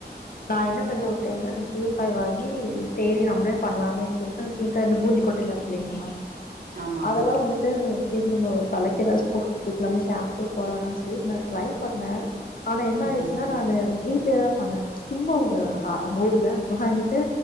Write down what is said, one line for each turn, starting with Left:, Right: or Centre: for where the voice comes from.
Left: நா என்ன செஞ்ச ஒரு டைமு சீயக்காய் வாங்கி சேரி நம்ப்ளே பண்லாமே சொல்ட்டு அந்த சீயக்கா இந்த பூந்தி இ கொட்டைய்லா இருக் இல்லீங்ளா
Right: ஆமா ஆமா
Left: அதல்லா வந்துட்டு தேரி நம்போ தலக்கி ஏதாச் போட்டுக் குளிக்லாமே ஷேம்பே போட வேணான் சொல்லி இது நா ட்ரை பண்ண ஆனா என்ன
Right: ம்
Left: ஆயிர்ச்சுனா நானு வீட்லேதா பண்ண சும்மா ஒரு
Right: ஓ
Left: கா நூறு க்ரேம் வாங்கிட்டு